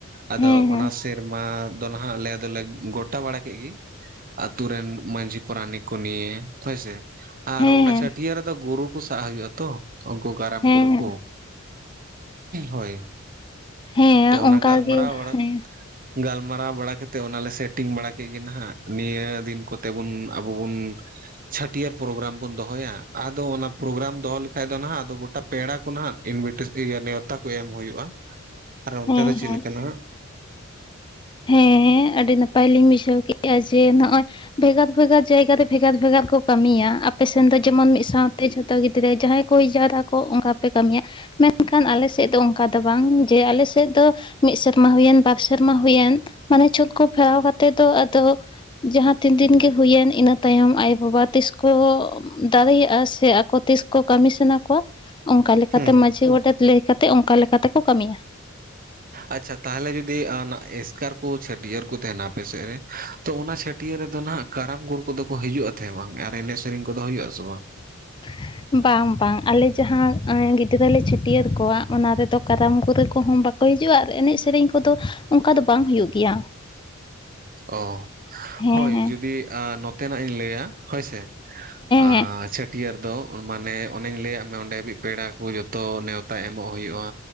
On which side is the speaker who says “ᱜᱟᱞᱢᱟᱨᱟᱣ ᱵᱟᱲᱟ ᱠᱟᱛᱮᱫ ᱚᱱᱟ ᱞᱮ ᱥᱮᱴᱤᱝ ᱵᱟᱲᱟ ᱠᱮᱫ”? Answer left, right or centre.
Right